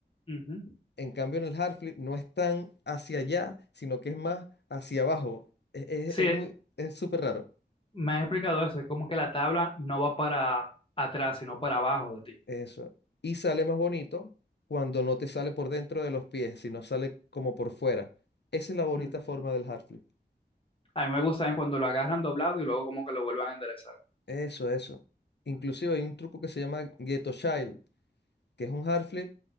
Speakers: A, on the left; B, on the left.
A: Ujú.
B: En cambio, en el hard flip no es tan hacia allá, sino que es más hacia abajo. Es, es-
A: Sí,
B: es muy, es súper raro.
A: Me has explicado eso, es como que la tabla no va para atrás, sino para abajo de ti.
B: Eso. Y sale más bonito cuando no te sale por dentro de los pies, sino sale como por fuera. Esa es la bonita
A: Mm.
B: forma del hard flip.
A: A mí me gusta es cuando lo agarran doblado y luego como que lo vuelvan a enderezar.
B: Eso, eso. Inclusive
A: Mm.
B: hay un truco que se llama Ghetto Child, que es un hard flip